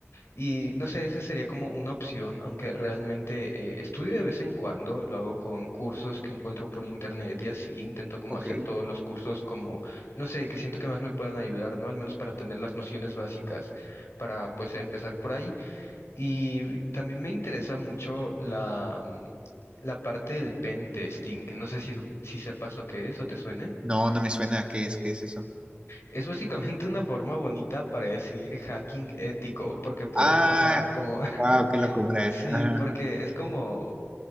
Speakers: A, on the left (about 70°); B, on the right (about 25°).
A: Y no sé, esa sería como una opción, aunque realmente eh, estudio de vez en cuando, lo hago con cursos que encuentro por internet y así, intento como
B: ok.
A: hacer todos los cursos como, no sé, que siento que más me puedan ayudar, ¿no? Al menos para tener las nociones básicas, para pues empezar por ahí. Y también me interesa mucho la, mm, la parte del pen testing, no sé si, si sepas lo que es o te suene.
B: No, no me suena. ¿Qué es? ¿Qué es eso?
A: Es básicamente una forma bonita para decir hacking ético, porque pues,
B: Ah,
A: ajá, como... <laughs>
B: wow, qué locura.
A: Sí,
B: Ajá.
A: porque es como,